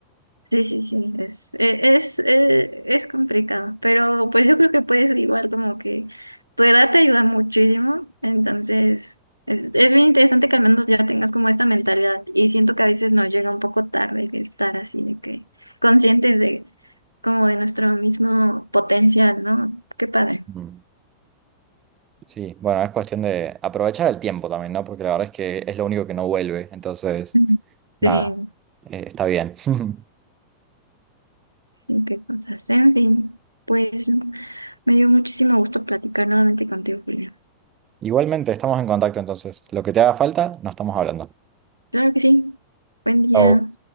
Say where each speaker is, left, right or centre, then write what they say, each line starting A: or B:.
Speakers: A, on the right; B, on the right.
A: Sí, sí, sí, es, e- es, eh, es complicado, pero pues yo creo que puedes igual como que tu edad te ayuda muchísimo, entonces es, es bien interesante que al menos ya tengas como esta mentalidad y siento que a veces nos llega un poco tarde que estar así de que conscientes de como de nuestro mismo potencial, ¿no? Qué padre.
B: Mm. Sí, bueno, es cuestión de aprovechar el tiempo también, ¿no? Porque la verdad es que es lo único que no vuelve, entonces,
A: Mm.
B: nada,
A: Sí,
B: eh, está bien. <laughs>
A: sí, qué cosas. En fin, pues me dio muchísimo gusto platicar nuevamente contigo, Julia.
B: Igualmente, estamos en contacto, entonces, lo que te haga falta, nos estamos hablando.
A: Claro que sí. Buen día.
B: Chau.